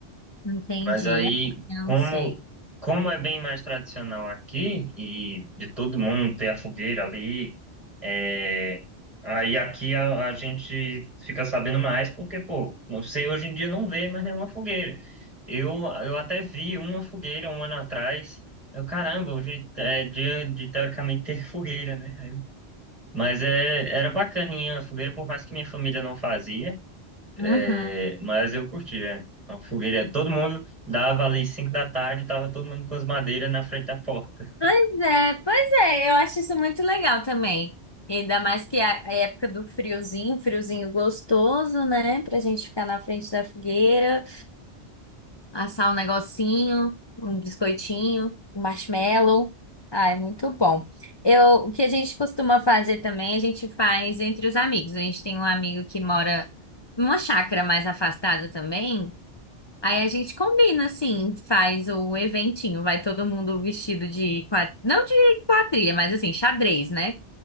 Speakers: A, on the left; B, on the right.
A: Entendi.
B: Mas aí,
A: é, Eu
B: como,
A: não sei.
B: como é bem mais tradicional aqui, e de todo mundo ter a fogueira ali, é, aí aqui a, a gente fica sabendo mais, porque, pô, não sei, hoje em dia não vê mais nenhuma fogueira. Eu, eu até vi uma fogueira um ano atrás. Eu, caramba, hoje é dia de teoricamente ter <laughs> fogueira, né? Mas é, era bacaninha a fogueira, por mais que minha família não fazia. É,
A: Uhum.
B: mas eu curti, é. A fogueira, todo mundo dava ali 5 da tarde, tava todo mundo com as madeiras na frente da porta.
A: Pois é, pois é, eu acho isso muito legal também. Ainda mais que a a época do friozinho, friozinho gostoso, né? Pra gente ficar na frente da fogueira. Assar um negocinho, um biscoitinho, um marshmallow. Ah, é muito bom. Eu, o que a gente costuma fazer também, a gente faz entre os amigos. A gente tem um amigo que mora numa chácara mais afastada também. Aí a gente combina, assim, faz o eventinho. Vai todo mundo vestido de quadrilha, não de quadrilha, mas assim, xadrez, né?